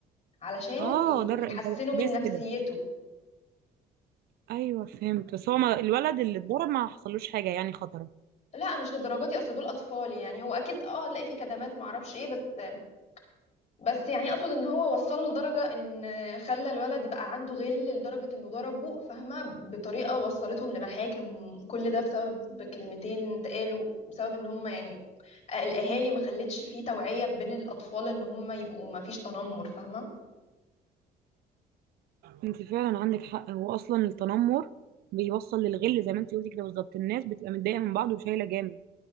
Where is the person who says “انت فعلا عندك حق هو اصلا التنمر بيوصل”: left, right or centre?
Right